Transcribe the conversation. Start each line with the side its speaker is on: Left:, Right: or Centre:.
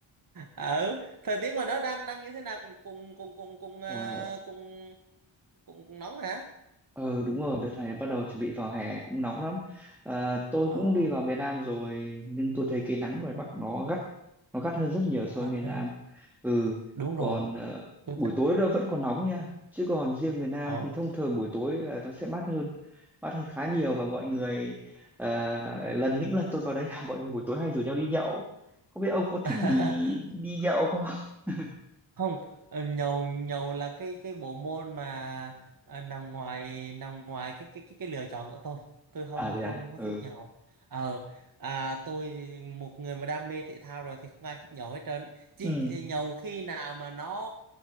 Right: ừ thời tiết ngoài đó đang đang như thế nào cùng cùng cùng cùng cùng ờ,
Centre: à,
Right: cùng cùng, cùng nóng hả
Centre: Ờ đúng rồi, đợt này bắt đầu chuẩn bị vào hè cũng nóng lắm. À, tôi
Right: Ờ,
Centre: cũng đi vào miền Nam rồi nhưng tôi thấy cái nắng ngoài Bắc nó gắt, nó gắt hơn rất nhiều so
Right: bác,
Centre: với miền
Right: ờ,
Centre: Nam. Ừ,
Right: đúng
Centre: còn
Right: rồi.
Centre: ờ,
Right: Tôi
Centre: buổi
Right: thấy,
Centre: tối nó vẫn còn nóng nha. Chứ còn riêng miền Nam
Right: ờ.
Centre: thì thông thường buổi tối là nó sẽ mát hơn, mát hơn khá nhiều và mọi người ờ, lần những lần tôi vào đấy là mọi người buổi tối hay rủ nhau đi nhậu. Không biết ông có thích
Right: <laughs>
Centre: đi đi nhậu không? <laughs>
Right: không ờ, nhầu nhầu là cái cái bộ môn mà ờ, nằm ngoài nằm ngoài cái cái cái cái lựa chọn của tôi tôi không
Centre: À thế
Right: không
Centre: à?
Right: có
Centre: Ừ.
Right: thích nhầu ờ à, tôi một người mà đam mê thể thao rồi thì không ai thích nhầu hết trơn chỉ
Centre: Ừ.
Right: nhầu khi nào mà nó